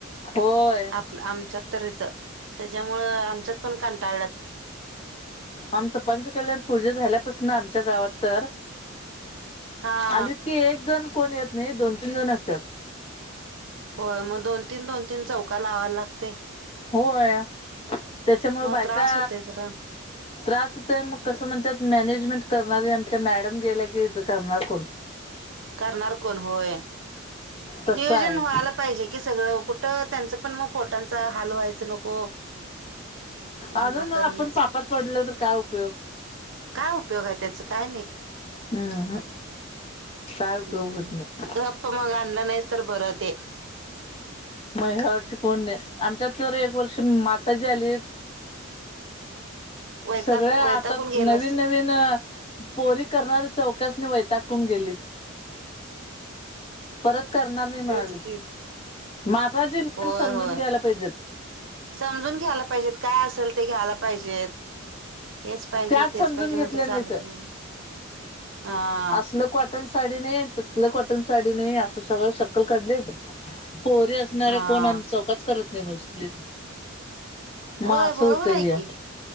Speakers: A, on the left; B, on the right.
A: होय.
B: आप आमच्यात तर इथं त्याच्यामुळं आमच्यात पण कंटाळल्यात.
A: आमचं पंचकल्याण पूजा झाल्यापासून आमच्या गावात तर
B: हा
A: आलीत की एक जण कोण येत नाही दोन तीन जण असतात.
B: होय, मग दोन तीन दोन तीन चौका लावायला लागते.
A: होय, त्याच्यामुळे बायका
B: त्रास होते जरा
A: त्रास होतय मग कसं म्हणतत मॅनेजमेंट करणार आमच्या मॅडम गेला की इथ करणार कोण?
B: करणार कोण होय,
A: तसं
B: नियोजन
A: आहे
B: व्हाला पाहिजे की सगळं कुठं त्यांचं पण मग पोटांचा हाल व्हायचं नको,
A: अजून
B: विनाकारणच
A: ना आपण पापात पडल तर काय उपयोग.
B: काय उपयोग आहे त्याच काय नाही
A: हम्म काय उपयोग
B: हम्म,
A: होत नाही
B: गप्प मग आणलं नाहीच तर बरं ते ते
A: म ह्या वर्ष कोण देणार आमच्यात तर एक वर्ष माता जी आली
B: वैताग
A: सगळ्या
B: वैतागून
A: आता
B: गेलं
A: नवीन
B: असेल
A: नवीन पोरी करणार चौकस वैताकून गेली. परत करणार नाही म्हणाले,
B: तेच की
A: माताजी
B: होय
A: समजून
B: होय
A: घ्यायला पाहिजेत.
B: समजून घ्यायला पाहिजेत काय असेल ते घ्यायला पाहिजेत हेच पाहिजे
A: त्याच
B: तेच
A: समजून
B: पाहिजे
A: घेतल्या
B: म्हणत चालत
A: नाहीत
B: नाही. हा
A: असलं क <unintelligible> कॉटन साडी नाही तसल कॉटन साडी नाही असं सगळं शक्कल काढलेत पोर अस असणारे
B: हा
A: कोण आम्ही चौकाच करत नाही बसले, म
B: होय
A: असं
B: बरोबर
A: होत
B: आहे
A: या,
B: की